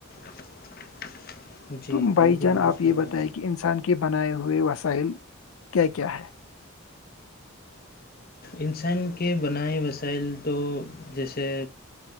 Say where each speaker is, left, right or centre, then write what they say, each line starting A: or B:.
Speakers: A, on the left; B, on the left.
A: <unintelligible>
B: تو بھائی
A: بالکل
B: جان
A: درست
B: آپ یہ
A: فرمایا
B: بتائیں کہ انسان کے بنائے ہوئے وسائل کیا کیا ہے
A: انسان کے بنائے وسائل تو جیسے